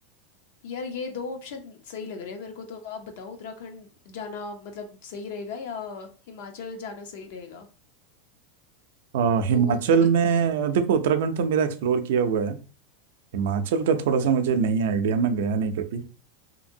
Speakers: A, on the left; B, on the right.
A: यार ये दो ऑप्शन सही लग रहे हैं मेरे को तो आप बताओ उत्तराखंड जाना मतलब सही रहेगा या हिमाचल जाना सही रहेगा
B: अ, हिमाचल
A: तो मतलब
B: में देखो उत्तराखंड तो मेरा एक्सप्लोर किया हुआ है हिमाचल का थोड़ा सा मुझे नहीं आइडिया मैं गया नहीं कभी